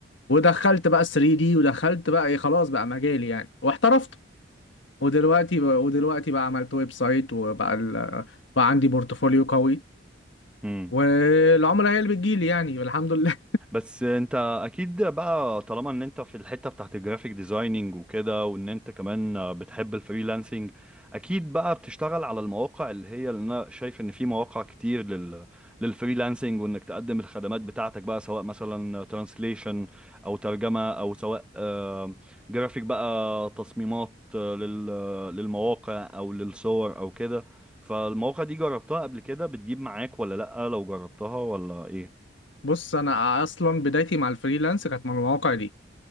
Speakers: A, on the left (about 75°); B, in the centre.
A: ودخلت بقى 3 دي ودخلت بقى إيه، خلاص بقى مجالي يعني واحترفت ودلوقتي بقى ودلوقتي بقى عملت ويب سايت وبقى ال... بقى عندي بورتفوليو قوي
B: امم
A: والعملاء هي اللي بتجيلي يعني الحمد لله
B: بس انت اكيد بقى طالما ان انت في الحتة بتاعت الجرافيك ديزايننج وكده وان انت كمان بتحب الفريلانسنج اكيد بقى بتشتغل على المواقع اللي هي اللي انا شايف ان في مواقع كتير لل للفريلانسنج وانك تقدم الخدمات بتاعتك بقى سواء مثلا ترانسليشن او ترجمة او سواء آه، جرافيك بقى تصميمات آه، لل للمواقع او للصور او كده فالمواقع دي جربتها قبل كده بتجيب معاك ولا لأ لو جربتها ولا ايه
A: <laughs> بص انا اصلا بدايتي مع الفريلانس كانت من المواقع دي